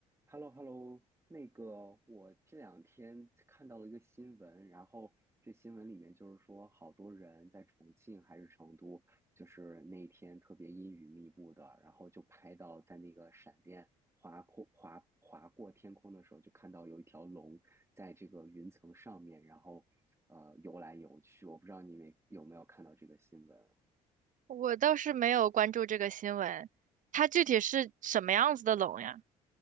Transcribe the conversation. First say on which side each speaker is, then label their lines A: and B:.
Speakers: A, on the right (about 15°); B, on the right (about 50°).
A: h e l l o h e l l o 那个我这两天看到了一个新闻，然后这新闻里面就是说，好多人在重庆还是成都，就是那一天特别阴雨密布的，然后就拍到在那个闪电划过划划过天空的时候，就看到有一条龙在这个云层上面，然后呃游来游去。我不知道你们有没有看到这个新闻啊。
B: 我倒是没有关注这个新闻，它具体是什么样子的龙呀？